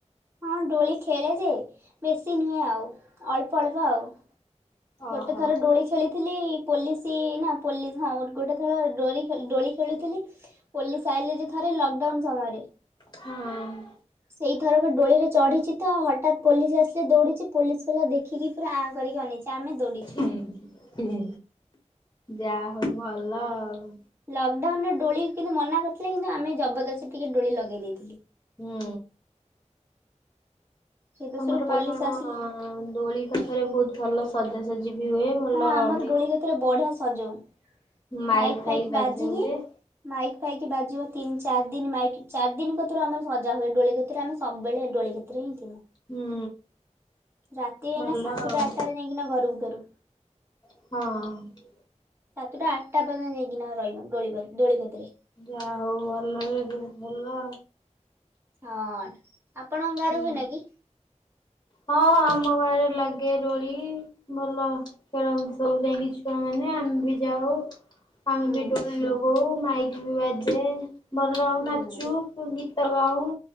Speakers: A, on the right; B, on the left.
A: ହଁ ଦୋଳି ଖେଳେ ଯେ ବେଶୀ ନୁହେଁ ଆଉ ଅଳ୍ପ ଅଳ୍ପ ଆଉ।
B: ଓହୋ।
A: ଗୋଟେ ଥର ଦୋଳି ଖେଳି ଥିଲି। ପୋଲିସି ନା ପୋଲିସ ହଁ ଗୋଟେ ଥଳ ଡୋଳି ଖେଳୁଥିଲି। ପୋଲିସ ଆଇଲେ ଯେ ଥରେ ଲକଡାଉନ ସମୟରେ
B: ହଁ।
A: <inaudible> ଏଇଥରକ ଦୋଳିରେ ଚଢ଼ିଚି ତ ହଠାତ୍ ପୋଲିସ ଆସିଲେ ଦୌଡ଼ିଛି ପୋଲିସ ବାଲା ଦେଖିକି ପୁରା ଆଁ କରିକି ଅନେଇଚି। ତ ଆମେ ଦୌଡ଼ିଚୂ।
B: ହୁଁ ହୁଁ ଯାହା ହଉ ଭଲ ଆଉ।
A: ଲକଡାଉନ ରେ ଡୋଳି କିନ୍ତୁ ମନା କରିଥିଲେ କିନ୍ତୁ ଆମେ ଜବରଦସ୍ତି ଟିକେ ଦୋଳି ଲଗେଇ ଦେଇେଇଥିଲୁ।
B: ହୁଁ।
A: ସେ ଦେଶରୁ
B: ତମର
A: ପୋଲିସ
B: ବା କଣ
A: ଆସିକି
B: ଦୋଳି ପାଖରେ ବହୁତ ଭଲ ସଜାସଜି। ହୁଏ ଭଲ
A: ହଁ
B: ହୁଏ।
A: ଆମର ଡୋଳି କତିରେ ବଢିଆ ସଜଉ
B: ମାଇକ
A: ମାଇକ୍ ଫାଇକ୍
B: ଫାଇକ
A: ବାଜିକି
B: ବାଜେ ବୋଧେ।
A: ମାଇକ୍ ପାଇକି ବାଜିବ ତିନି ଚାରି ଦିନ ମାଇକ୍ ଚାରି ଦିନ କତୁରୁ ଆମର ସଜା ହୁଏ ଡୋଳି କତିରେ ଆମେ ସବୁବେଳେ ଡୋଳି। ଖଣିରେ ହିଁ ଥୀଲୁ
B: ହୁଁ
A: ରାତି ଏଇନା
B: ଭଲ
A: ସାତଟା
B: ଆଉ
A: ଆଠଟାରେ ଯାଇକିନା ଘରକୁ ଫେରୁ।
B: ହଁ।
A: ସାତଟା ଆଠଟା ପର୍ଯ୍ୟନ୍ତ ଯାଇକିନା ରହିବୁ ଡୋଳି ପରେ ଦୋଳି କତିରେ।
B: ଯା ହଉ ଭଲରେ ଏ ଯୋଉ ଭଲ।
A: ହଁ ଆପଣଙ୍କ ଗାଁରେ
B: ହୁଁ।
A: ହୁଏ ନା କି?
B: ହଁ ଆମ ଗାଁ ରେ ଲାଗେ ଦୋଳି। ଭଲ ଖେଳନ୍ତି ସବୁ ଯାଇକି ଛୁଆମାନେ ଆମେ ବି ଯାଉ। ଆମେ
A: ହୁଁ
B: ବି ଦୋଳି ଲଗଉ ମାଇକ ବି ବାଜେ ଭଲ
A: ହୁଁ
B: ନାଚୁ ଗୀତ। ଗୀତ ଗାଉ